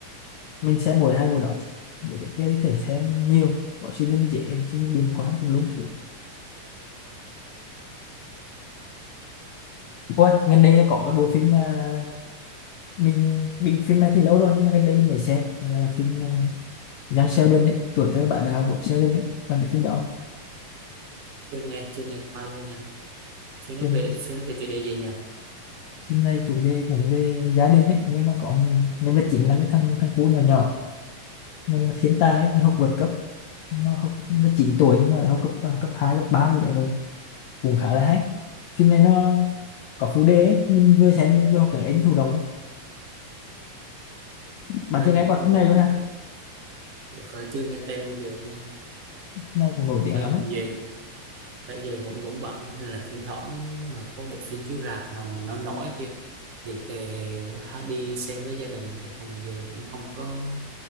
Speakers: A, on the left (about 75°); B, on the right (about 55°).
A: mình xem mỗi hai bộ đó để được kia thì thể xem nhiều có siêu nhân dễ siêu nhân điềm quá tùm lum thứ Ôi, gần đây có cái bộ phim mà mình bị phim này thì lâu rồi nhưng mà gần đây mình mới xem là phim à, Young Sheldon ấy, tuổi thơ bạn đạo của Sheldon ấy, bạn biết phim đó không?
B: chưa nghe chưa nghe qua luôn nha phim nó
A: Chừng-
B: về phim nó về chủ đề gì nhỉ
A: phim này chủ đề cũng về gia đình ấy nhưng mà có nhân vật chính là cái thằng thằng cu nhỏ nhỏ nó là thiên tài ấy, nó học vượt cấp nó học nó 9 tuổi nhưng mà đã học cấp à, cấp 2 cấp 3 gì đó rồi cũng khá là hay phim này nó có phụ đề ấy. mình vừa xem mình vừa học tiếng Anh thụ động ấy. bạn
B: thật ra
A: chưa
B: giờ
A: nghe qua
B: cũng
A: phim
B: cũng
A: này luôn
B: cũng
A: ha
B: thực ra chưa nghe tên bao giờ luôn nha
A: phim này cũng nổi
B: thực
A: tiếng
B: ra
A: lắm
B: thành
A: ấy
B: giờ thực ra giờ cũng cũng bận á, nên là thỉnh thoảng mà có bộ phim chiếu rạp nào mà nói nổi kia thì tề đã đi xem với gia đình cái phần giờ cũng không có